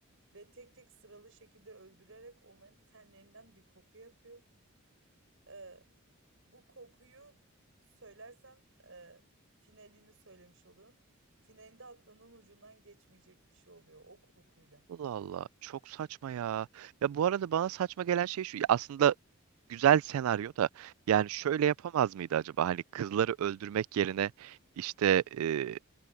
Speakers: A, on the right; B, on the right.
A: Ve tek tek sıralı şekilde öldürerek onların tenlerinden bir koku yapıyor. Ee, bu kokuyu söylersem e, finalini söylemiş olurum. Finalinde aklının ucundan geçmeyecek bir şey oluyor o kokuyla.
B: Allah Allah, çok saçma ya. Ya bu arada bana saçma gelen şey şu. Aslında güzel senaryo da yani şöyle
A: Evet.
B: yapamaz mıydı acaba? Hani kızları öldürmek yerine işte e,